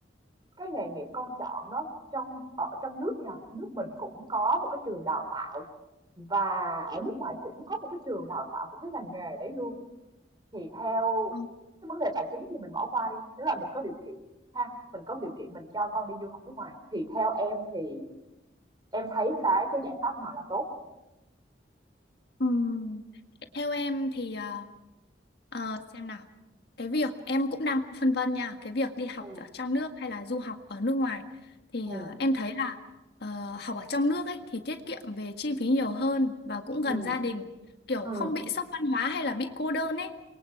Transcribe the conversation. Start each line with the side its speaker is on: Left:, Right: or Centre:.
Right: cái nghề nghiệp con chọn đó trong ở trong nước nha nước mình cũng có một cái trường đào tạo và ở nước ngoài cũng có một cái trường đào tạo của cái ngành nghề đấy luôn thì theo
Left: Ừ.
Right: cái vấn đề tài chính thì mình bỏ qua đi tức là mình có điều kiện ha mình có điều kiện mình cho con đi du học nước ngoài thì theo em thì em thấy cái cái giải pháp nào là tốt
Left: Ừm, Theo em thì ờ, ờ, xem nào. Cái việc em cũng đang phân vân nha, cái việc đi học
Right: ừ
Left: ở trong nước hay là du học ở nước ngoài thì
Right: ừ
Left: ờ, em thấy là ờ, học ở trong nước ấy thì tiết kiệm về chi phí nhiều hơn và cũng gần
Right: ừ
Left: gia đình, kiểu
Right: ừ
Left: không bị sốc văn hóa hay là bị cô đơn ấy.